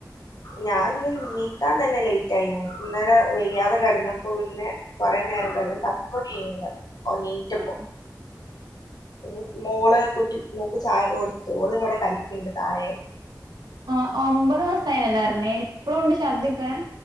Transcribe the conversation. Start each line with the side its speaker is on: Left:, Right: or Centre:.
Left: ഞാൻ ഇന്ന് നീക്കാൻ തന്നെ ലേറ്റ് ആയി ഇന്നലെ വെയ്യാതെ കടന്നപ്പോ പിന്നെ കൊറെ നേരം
Right: ആഹ്
Left: കടന്ന് പത്ത് മണിയ്ക്ക്ണ് ഓ നീറ്റപ്പോ
Right: ആഹ്
Left: പിന്നെ മോളെ കുട്ടി മോക്ക് ചായ കൊടുത്ത് ഓളവടെ കളിക്ണ്ട് തായെ
Right: ആ ഒമ്പത് മാസായിന്നല്ലെർഞ്ഞെ ഇപ്പളും ണ്ട് ശർദ്ധി ഒകെ?